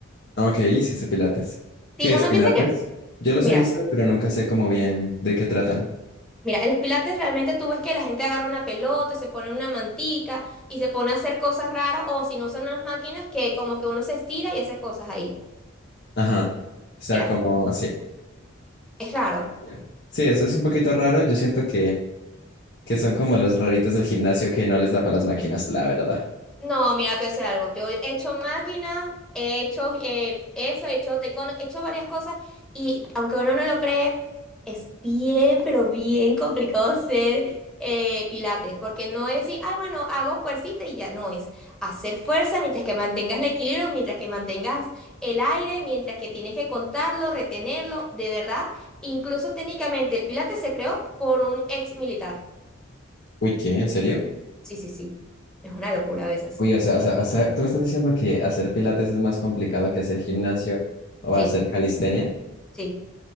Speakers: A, on the left; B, in the centre.
A: Ok, hiciste pilates. ¿Qué
B: Sí,
A: es
B: uno
A: pilates?
B: piensa que,
A: Yo los
B: mira.
A: he visto, pero nunca sé cómo bien de qué tratan.
B: Mira, en los pilates realmente tú ves que la gente agarra una pelota, se pone una mantica y se pone a hacer cosas raras o si no son unas máquinas que como que uno se estira y hace cosas ahí.
A: Ajá. O sea,
B: Mira,
A: como, sí.
B: es raro.
A: Bien. Sí, eso es un poquito raro. Yo siento que, que son como los raritos del gimnasio que no les da para las máquinas, la verdad.
B: No, mira, te sé algo. Yo he hecho máquinas, he hecho eh, eso, he hecho taekwondo, he hecho varias cosas y aunque uno no lo cree, es bien, pero bien complicado <laughs> ser eh, pilates, porque no es decir, ay, bueno, hago fuercita y ya no es hacer fuerza mientras que mantengas el equilibrio, mientras que mantengas el aire, mientras que tienes que contarlo, retenerlo, de verdad. Incluso técnicamente el pilates se creó por un ex militar.
A: Uy, ¿qué? ¿En serio?
B: Sí, sí, sí. Es una locura a veces.
A: Oye, o sea, o sea, o sea, tú me estás diciendo que hacer pilates es más complicado que hacer gimnasio o
B: Sí,
A: hacer calistenia.
B: sí.